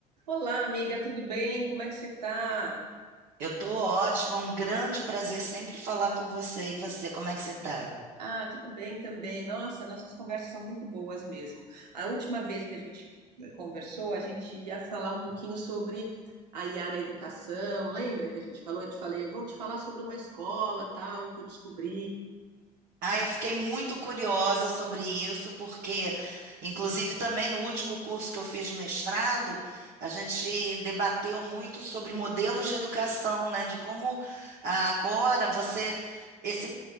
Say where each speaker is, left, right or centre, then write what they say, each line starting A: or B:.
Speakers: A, on the right; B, on the right.
A: Olá, amiga, tudo bem? Como é que você tá?
B: Eu tô ótima, um grande prazer sempre falar com você. E você, como é que você tá?
A: Ah, tudo bem também. Nossa, nossas conversas são muito boas mesmo. A última vez que a gente eh, conversou, a gente ia falar um pouquinho sobre a IA na educação. Lembra que a gente falou? Eu te falei, eu vou te falar sobre uma escola, tal, que eu descobri.
B: Ah, eu fiquei muito curiosa sobre isso, porque, inclusive, também no último curso que eu fiz de mestrado, a gente debateu muito sobre modelos de educação, né? De como ah, agora você. Esse